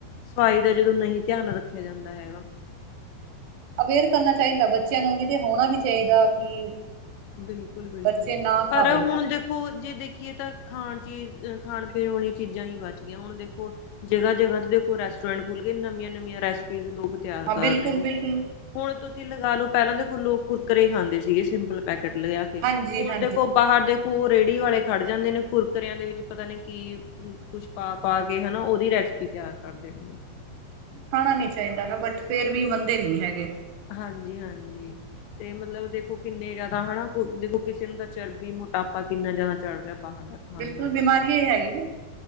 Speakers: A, on the left (about 80°); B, on the right (about 80°).
A: ਸਫਾਈ ਦਾ ਜਦੋਂ ਨਹੀਂ ਧਿਆਨ ਰੱਖਿਆ ਜਾਂਦਾ ਹੈਗਾ
B: ਅਵੇਅਰ ਕਰਨਾ ਚਾਹੀਦਾ ਬੱਚਿਆਂ ਨੂੰ ਵੀ, ਤੇ ਹੋਣਾ ਵੀ ਚਾਹੀਦਾ ਕਿ
A: ਬਿਲਕੁਲ, ਬਿਲਕੁਲ
B: ਬੱਚੇ ਨਾ
A: ਪਰ
B: ਖਾਵੇ
A: ਹੁਣ ਦੇ ਹੋਰ ਜੇ ਦੇਖੀਏ ਤਾਂ ਖਾਣ ਚੀਜ਼ ਅ ਖਾਣ ਪੀਣ ਵਾਲੀਆਂ ਚੀਜ਼ਾਂ ਹੀ ਬਚ ਗਈਆਂ ਹੁਣ ਦੇਖੋ ਜਗ੍ਹਾ ਜਗ੍ਹਾ ਤੇ ਦੇਖੋ ਰੈਸਟੋਰੈਂਟ ਖੁੱਲ ਗਏ ਨਵੀਆਂ- ਨਵੀਆਂ ਰੈਸਪੀਜ਼ ਲੋਕ ਤਿਆਰ
B: ਹਾਂ
A: ਕਰ
B: ਬਿਲਕੁਲ-ਬਿਲਕੁਲ
A: ਰਹੇ ਨੇ, ਹੁਣ ਤੁਸੀਂ ਲਗਾ ਲਓ ਪਹਿਲਾਂ ਦੇਖੋ ਲੋਕ ਕੁੁਰਕਰੇ ਖਾਂਦੇ ਸੀਗੇ ਸਿੰਪਲ ਪੈਕੇਟ ਲਿਆ ਕੇ,
B: ਹਾਂਜੀ-ਹਾਂਜੀ
A: ਹੁਣ ਦੇਖੋ ਬਾਹਰ ਦੇਖੋ ਰੇਹੜੀ ਵਾਲੇ ਖੜ ਜਾਂਦੇ ਨੇ ਕੁਰਕਰਿਆਂ ਦੇ ਵਿੱਚ ਪਤਾ ਨੀ ਕੀ ਕੁਛ ਪਾ- ਪਾ ਕੇ ਹਨਾ ਉਹਦੀ ਰੈਸਪੀ ਤਿਆਰ ਕਰ ਦੇਣੀ ਹੈ
B: ਖਾਣਾ ਨਹੀ ਚਾਹੀਦਾ ਨਾ ਬਟ ਫੇਰ ਵੀ ਮੰਨਦੇ ਨਹੀਂ ਹੈਗੇ
A: ਹਾਂਜੀ- ਹਾਂਜੀ ਤੇ ਮਤਲਬ ਦੇਖੋ ਕਿੰਨੇ ਜ਼ਿਆਦਾ ਹਨਾ ਦੇਖੋ ਕਿਸੇ ਨੂੰ ਤਾਂ ਚਰਬੀ ਮੋਟਾਪਾ ਕਿੰਨਾ ਜ਼ਿਆਦਾ ਚੜ ਰਿਹਾ ਬਾਹਰ ਦਾ ਖਾਣ
B: ਬਿਲਕੁਲ
A: ਨਾਲ
B: ਬਿਮਾਰੀ ਹੀ ਹੈਗੀ